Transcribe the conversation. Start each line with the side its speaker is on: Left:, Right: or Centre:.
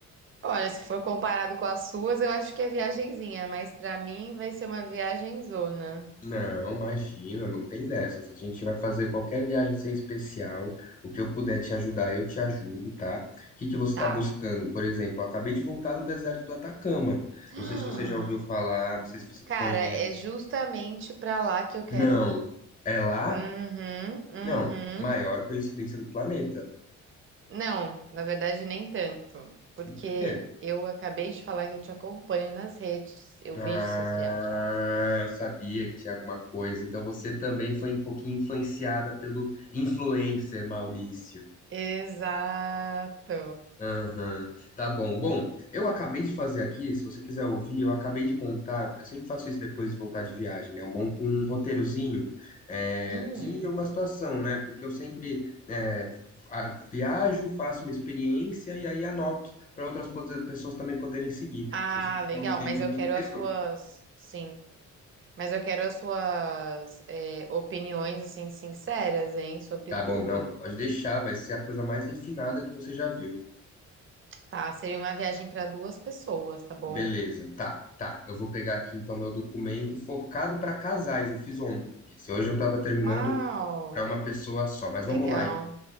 Right: Olha, se for comparado com as suas, eu acho que é viagenzinha, mas pra mim vai ser uma viagem zona.
Left: Não, imagina, não tem dessas. A gente vai fazer qualquer viagem ser especial. O que eu puder te ajudar, eu te ajudo, tá? O que que você está
Right: Tá.
Left: buscando? Por exemplo, eu acabei de voltar do deserto do Atacama.
Right: <gasps>
Left: Não sei se você já ouviu falar, não sei se você
Right: Cara,
Left: conhece.
Right: é justamente pra lá que eu quero
Left: Não.
Right: ir.
Left: É lá?
Right: Uhum, uhum.
Left: Não. Maior coincidência do planeta.
Right: Não, na verdade nem tanto, porque
Left: Por quê?
Right: eu acabei de falar que eu te acompanho nas redes, eu
Left: Ah,
Right: vejo suas viagens.
Left: eu sabia que tinha alguma coisa. Então você também foi um pouquinho influenciada pelo influencer Maurício.
Right: Exato.
Left: Aham, tá bom. Bom, eu acabei de fazer aqui, se você quiser ouvir, eu acabei de montar, eu sempre faço isso depois de voltar de viagem, né? Eu monto um roteirozinho é,
Right: Hum.
Left: de uma situação, né? Porque eu sempre é, f- a- viajo, faço uma experiência e aí anoto para outras pos- pessoas também poderem seguir.
Right: Ah,
Left: Se você quiser
Right: legal,
Left: ouvir
Right: mas
Left: meu
Right: eu
Left: roteiro,
Right: quero as suas, sim, mas eu quero as suas é, opiniões assim sinceras, hein, sobre
Left: tá
Right: tudo.
Left: bom, não, pode deixar, vai ser a coisa mais refinada que você já viu.
Right: Tá, seria uma viagem para duas pessoas, tá bom?
Left: Beleza, tá, tá. Eu vou pegar aqui então meu documento focado para casais. Eu fiz ontem esse. Hoje eu tava terminando
Right: Uau,
Left: para uma pessoa só, mas
Right: legal.
Left: vamos lá, hein?